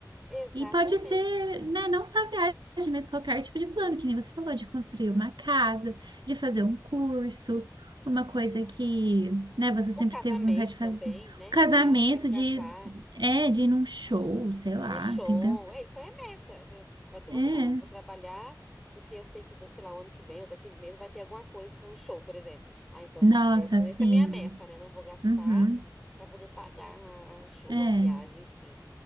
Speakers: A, in the centre; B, on the right.
A: Exatamente.
B: E pode ser, né, não só viagem, mas qualquer tipo de plano, que nem você falou, de construir uma casa, de fazer um curso, uma coisa que, né, você sempre
A: O casamento
B: teve vontade de
A: também,
B: fazer. Um
A: né?
B: casamento
A: Alguém, ah, quero casar.
B: de, é, de ir num show, sei lá,
A: Num show,
B: tem tanto.
A: é isso aí é meta. viu? É o que
B: É.
A: você fala, não, vou trabalhar porque eu sei que, da- sei lá, o ano que vem ou daqui a meses vai ter alguma coisa, um show, por exemplo. Ah, então
B: Nossa,
A: vou, é, então
B: assim.
A: essa é a minha meta, né? Não vou gastar
B: Uhum.
A: pra poder pagar a- o show,
B: É.
A: a viagem, enfim.